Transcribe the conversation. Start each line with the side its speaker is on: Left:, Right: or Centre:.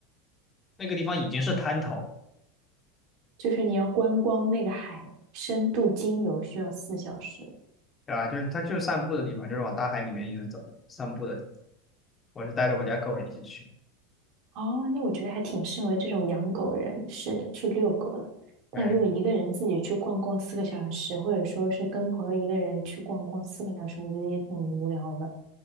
Left: 那个地方已经是滩头了，
Right: 就是你要观光那个海，深度精游需要四小时。
Left: 对吧？就是它就是散步的地方，就是往大海里面一直走散步的地方。我是带着我家狗一起去，
Right: 哦，那我觉得还挺适合这种养狗人士去遛狗的。但如果一个人自己去逛逛四个小时，
Left: 对
Right: 或者说是跟朋友一个人去逛逛四个小时，我觉得也挺无聊的。